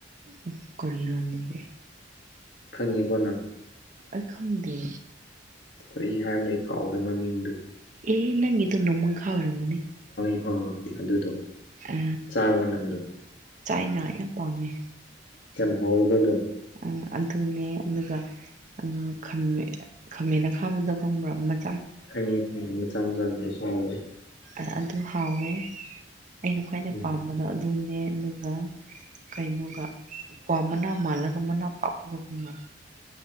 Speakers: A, on the right (about 45°); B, on the left (about 70°).
A: ꯑꯝ ꯀꯨꯢꯔꯅꯤꯡꯗꯦ
B: ꯈꯪꯉꯤꯕꯣ ꯅꯪ
A: ꯑꯩ ꯈꯪꯗ꯭ꯔꯦ
B: ꯀꯔꯤ ꯍꯥꯏꯕꯅ ꯑꯩ ꯀꯥꯎꯒ꯭ꯔꯦ ꯃꯃꯤꯡꯗꯨ
A: ꯑꯦ ꯅꯪꯒꯤ ꯇ ꯅꯣꯡꯃꯪ ꯈꯥ ꯑꯣꯏꯔꯝꯒꯅꯤ
B: ꯑ ꯑꯗꯨꯗꯣ
A: ꯑ
B: ꯆꯥꯕ ꯅꯪꯗꯣ
A: ꯆꯥꯏꯅ ꯑꯩ ꯌꯥꯝ ꯄꯥꯝꯃꯦ
B: ꯀꯥꯌꯥꯝ ꯍꯥꯎꯔꯕ ꯑꯗꯣ
A: ꯑ ꯑꯗꯨꯅꯦ ꯑꯗꯨꯒ ꯈꯝꯃꯦ ꯈꯥꯃꯦꯟ ꯑꯈꯥꯕꯤꯗꯣ ꯈꯪꯕ꯭ꯔꯣ ꯃꯜ
B: ꯈꯪꯉꯦ ꯈꯉꯦꯟ ꯃꯆꯥ ꯃꯆꯥꯗꯨꯁꯨ ꯍꯥꯎꯕꯅꯤ
A: ꯑ ꯑꯗꯨ ꯍꯥꯎꯋꯦ ꯑꯩꯅ ꯈ꯭ꯋꯥꯏꯗꯩ
B: ꯎꯝ
A: ꯄꯥꯝꯕꯗꯣ ꯑꯗꯨꯅꯦ ꯑꯗꯨꯒ ꯀꯩꯅꯣꯒ ꯀ꯭ꯋꯥ ꯃꯅꯥ ꯃꯥꯜꯂꯒ ꯃꯅꯥ ꯄꯥꯛꯄꯗꯨꯒꯨꯝꯕ